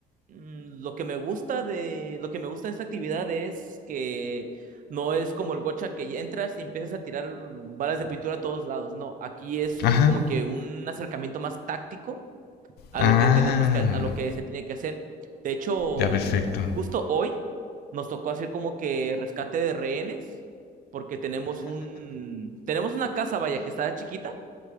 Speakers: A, on the right; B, on the left.
A: Mm, lo que me gusta de, lo que me gusta de esta actividad es que no es como el gocha que ya entras y empiezas a tirar balas de pintura a todos lados, no, aquí es
B: Ajá.
A: un como que un acercamiento más táctico a
B: Ah,
A: lo que tenemos que, a lo que se tiene que hacer. De hecho,
B: ya perfecto.
A: justo hoy nos tocó hacer como que rescate de rehenes, porque tenemos un, tenemos una casa, vaya, que está chiquita